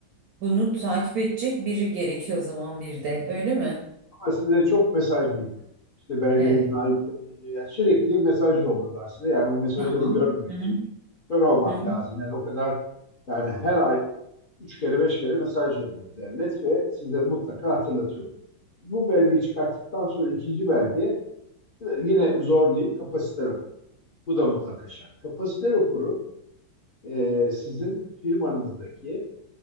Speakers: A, on the right; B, on the left.
A: Bunu takip edecek biri gerekiyor o zaman bir de. Öyle mi?
B: Ama size çok mesaj geliyor. İşte belgenizin
A: Evet.
B: ayıplanmadığı yani sürekli mesaj yolluyorlar size. Yani o mesajları
A: Tamam.
B: görmemek
A: Hı hı.
B: için kör olmak
A: Hı hı.
B: lazım. Yani o kadar yani her ay üç kere beş kere mesaj yolluyor devlet ve size mutlaka hatırlatıyor. Bu belgeyi çıkarttıktan sonra ikinci belge yine zor değil kapasite raporu. Bu da mutlaka şart. Kapasite raporu e, sizin firmanızdaki